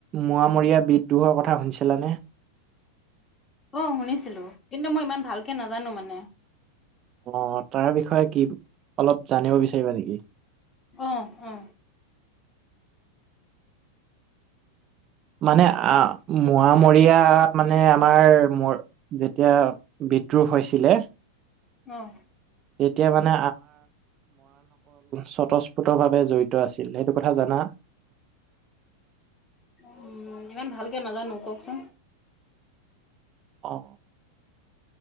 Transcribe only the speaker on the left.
অ শুনিছিলো কিন্তু মই ইমান ভালকে নাজানো মানে
আহ আহ
উম
উম ইমান ভালকে নাজানো কওকচোন।